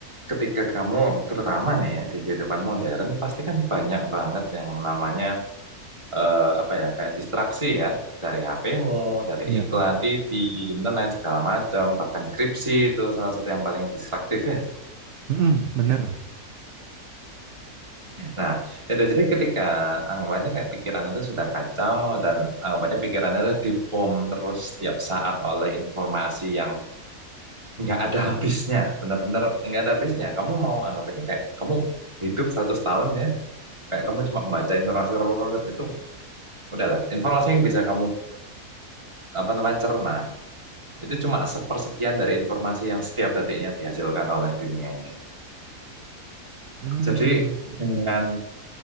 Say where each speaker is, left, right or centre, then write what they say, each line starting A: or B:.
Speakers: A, on the right; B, on the right.
A: ketika kamu terutama nih ya di kehidupan modern pasti kan banyak banget yang namanya eh, apa ya kayak distraksi ya dari HP-mu, dari
B: Iya,
A: iklan,
B: iya.
A: TV, internet segala macam, bahkan skripsi itu salah satu yang paling distraktif ya.
B: Mm-mm, bener.
A: Nah, itu jadi ketika anggapannya kayak pikiran itu sudah kacau dan anggapannya pikirannya itu dibom terus setiap saat oleh informasi yang nggak ada habisnya, bener-bener nggak ada habisnya. Kamu mau anggapannya kayak kamu hidup 100 tahun ya kayak kamu cuma membaca informasi itu udahlah informasi yang bisa kamu apa namanya cerna itu cuma sepersekian dari informasi yang setiap detiknya dihasilkan oleh dunia ini
B: Hmm.
A: jadi dengan